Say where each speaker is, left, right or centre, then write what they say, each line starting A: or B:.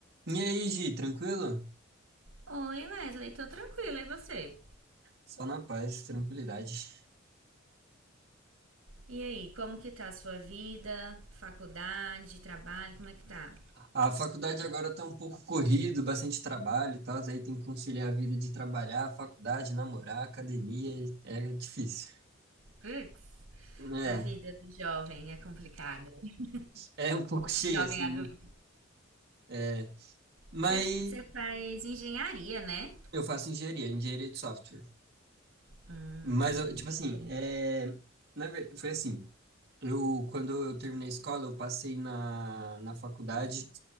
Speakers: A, on the right; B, on the right.
A: E aí, Gi, tranquilo?
B: Oi, Wesley, tô tranquila, e você?
A: Só na paz, tranquilidade.
B: E aí, como que tá a sua vida? Faculdade, trabalho, como é que tá?
A: A faculdade agora tá um pouco corrido, bastante trabalho e tal, aí tem que conciliar a vida de trabalhar, faculdade, namorar, academia, é difícil.
B: Putz,
A: É,
B: a vida do jovem é complicada. <laughs>
A: é um pouco cheio,
B: Jovem
A: assim,
B: adulto.
A: é, mas
B: Você você faz engenharia, né?
A: eu faço engenharia, engenharia de software.
B: Hum,
A: Mas, eu, tipo
B: me
A: assim,
B: conta,
A: é, na ver- foi assim, Eu, quando eu terminei a escola, eu passei na, na faculdade